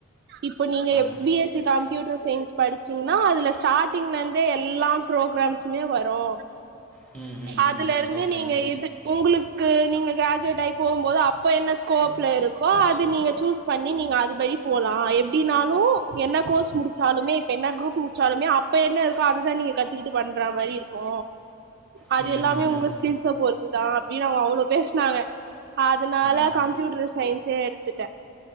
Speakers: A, on the right; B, in the centre.
A: இப்ப நீங்க
B: அது
A: B S C computer science படிச்சீங்னா அதுல ஸ்டார்ட்டிங்ல இருந்தே எல்லா ப்ரோக்ராம்ஸுமே வரு
B: ம், ம், ம்.
A: அதுல இருந்து
B: ஓகே.
A: நீங்க இது உங்களுக் கு நீங்க கிராஜுவேட் டாயி போகும்போது அப்ப என்ன ஸ்கோப்ல இருக்கோ அது நீங்க சூஸ் பண்ணி நீங்க அதுபடி போலா எப்டினாலு என்ன கோர்ஸ் முடிச்சாலுமே இப்ப என்ன குரூப் முட்ச்சாலுமே அப்ப என்ன இருக்கோ அதுதா நீங்க கத்துக்கிட்டு பண்றா மாரி இருக்கு அது
B: ம்,
A: எல்லாமே
B: ம், ம்.
A: உங்க ஸ்கில்ஸ பொருத்துதா அப்டினு அவுங்க அவ்ளோ பேசுனாங்க. அதனால
B: ம்,
A: கம்ப்யூட்டர் சயின்ஸே எடு த்துட்டே.